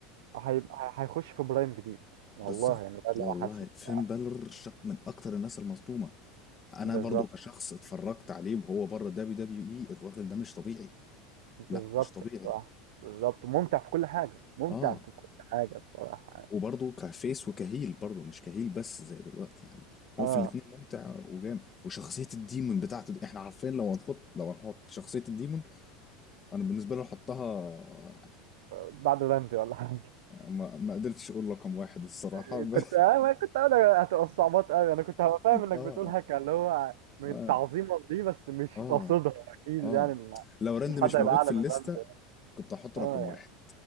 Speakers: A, on the right; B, on the left.
A: هيبقى هيخش في برايم جديد والله
B: بالظبط
A: يعني ده اللي
B: والله
A: انا حاسه الصراحة.
B: فين بالور شخ... من اكتر الناس المظلومه انا
A: بالظبط
B: برضو كشخص اتفرجت عليه وهو بره دبليو دبليو اي الراجل ده مش طبيعي
A: بالظبط
B: لا مش طبيعي
A: الصراحة بالظبط ممتع في كل حاجة ممتع
B: اه
A: في كل حاجة الصراحة يعني.
B: وبرضه كفيس وكهيل برضه مش كهيل بس زي دلوقتي يعني هو
A: اه
B: في الاتنين ممتع وجامد وشخصية الديمون بتاعته دي احنا عارفين لو هنحط لو هنحط شخصية الديمون انا بالنسبة لي احطها يعني
A: بعد رمزي ولا حاجة
B: ما, ما قدرتش اقول رقم واحد الصراحة
A: <laughs>
B: <laughs> ب...
A: كنت آه ما كنت انا هتبقى الصعوبات قوي انا كنت هبقى فاهم انك
B: اه
A: بتقول هكا اللي هو من
B: اه
A: تعظيما دي بس مش
B: اه
A: قصدها اكيد
B: اه
A: يعني مفيش
B: لو راند
A: حد
B: مش
A: هيبقى
B: موجود
A: اعلى
B: في الليستة
A: من رمزي
B: كنت احط
A: اه
B: رقم
A: يعني
B: واحد